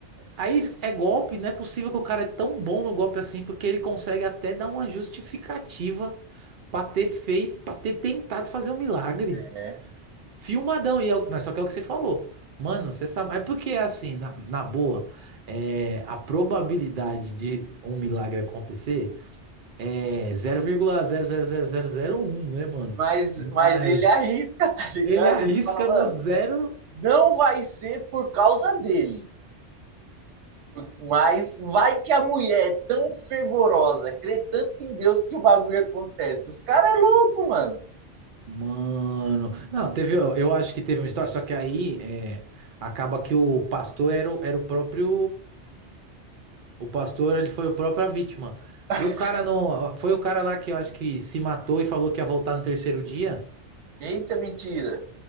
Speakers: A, on the right (about 60°); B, on the right (about 80°).
A: Aí é golpe, não é possível que o cara é tão bom no golpe assim, porque ele consegue até dar uma justificativa para ter feito, para ter tentado fazer um milagre.
B: é.
A: Filmadão, e é, o- mas só que é o que você falou. Mano, você sabe. Mas porque é assim, na, na boa, é, a probabilidade de um milagre acontecer é zero vírgula zero zero zero zero vírgula um, né, mano?
B: Mas, mas
A: Mas
B: ele arrisca, <laughs> tá ligado?
A: ele arrisca
B: Ele fala, mano,
A: no zero
B: não vai ser por causa dele. Mas vai que a mulher é tão fervorosa, crê tanto em Deus que o bagulho acontece. Os caras é louco, mano.
A: Mano, não, teve, eu acho que teve uma história, só que aí é, acaba que o pastor era, o- era o próprio, o pastor, ele foi o próprio a vítima.
B: <laughs>
A: O cara não, foi o cara lá que eu acho que se matou e falou que ia voltar no terceiro dia?
B: Eita, mentira.